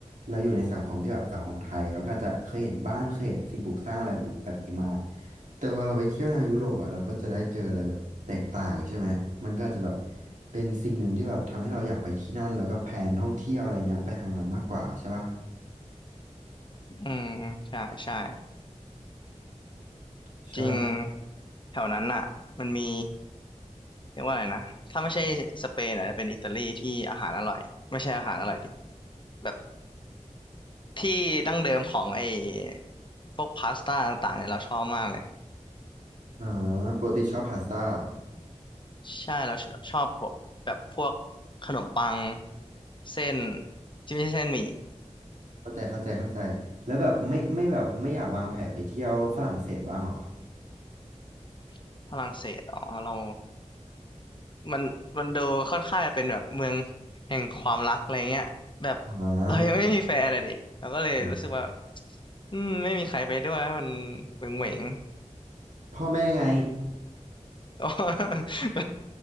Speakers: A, on the right; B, on the left.
A: เราอยู่ในสังคมที่แบบสังคมไทยแล้วก็จะเคยเห็นบ้านเคยเห็นสิ่งปลูกสร้างอะไรแบบนี้มาแต่พอเราไปเที่ยวทางยุโรปอะเราก็จะได้เจออะไรแบบแตกต่างใช่ไหมมันก็จะแบบเป็นสิ่งหนึ่งที่แบบทำให้เราอยากไปที่นั่นแล้วก็แพลนท่องเที่ยวอะไรเงี้ยไปทางนั้นมากกว่าใช่ปะ
B: อืมใช่ใช่
A: ใช่
B: จริงแถวนั้นอ่ะมันมีเรียกว่าอะไรนะถ้าไม่ใช่สเปนอ่ะจะเป็นอิตาลีที่อาหารอร่อยไม่ใช่อาหารอร่อยดิแบบที่ดั้งเดิมของไอ้พวกพาสต้าต่างๆเนี่ยเราชอบมากเลย
A: อ่าปกติชอบพาสต้าเหรอ
B: ใช่เราชชอบแบบแบบพวกขนมปังเส้นที่ไม่ใช่เส้นหมี่
A: เข้าใจเข้าใจเข้าใจแล้วแบบไม่ไม่แบบไม่อยากวางแผนไปเที่ยวฝรั่งเศสบ้างเหรอ
B: <laughs> ฝรั่งเศสอ๋อเรา มันมันดูค่อนข้างจะเป็นแบบเมืองแห่งความรักอะไรเงี้ยแบบ
A: อ่า
B: เรายังไม่มีแฟนเลยดิเราก็เลยรู้สึกว่า
A: อืม
B: อืมไม่มีใครไปด้วยมันเหวงเหวง <laughs>
A: พ่อแม่ไง
B: ๆอ๋อ <laughs>